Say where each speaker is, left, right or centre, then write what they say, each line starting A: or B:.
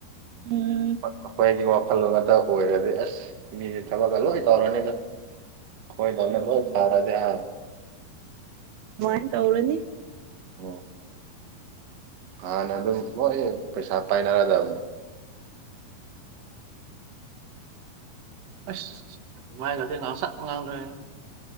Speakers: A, on the right; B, on the right.
A: ꯎꯝ
B: ꯑꯩꯈꯣꯏꯒꯤ ꯋꯥꯈꯜꯂꯣꯟ ꯉꯥꯛꯇ ꯑꯣꯏꯔꯗꯤ ꯑꯁ ꯏꯅꯤꯁꯦ ꯊꯕꯛꯀ ꯂꯣꯏ ꯇꯧꯔꯅꯤꯗ ꯑꯩꯈꯣꯏꯗꯧꯅꯤ
A: ꯎꯝ
B: ꯂꯣꯏ ꯊꯥꯔꯗꯤ ꯑ
A: ꯃꯥꯥꯏꯟ ꯇꯧꯔꯅꯤ
B: ꯑꯣ ꯍꯥꯟꯅ ꯑꯗꯨꯕꯨ ꯂꯣꯏꯌꯦ ꯄꯩꯁꯥ ꯄꯥꯏꯅꯔꯗꯕꯅꯤ ꯑꯁ ꯃꯥꯏ ꯈꯗꯅ ꯆ ꯉ ꯉꯥꯡꯈ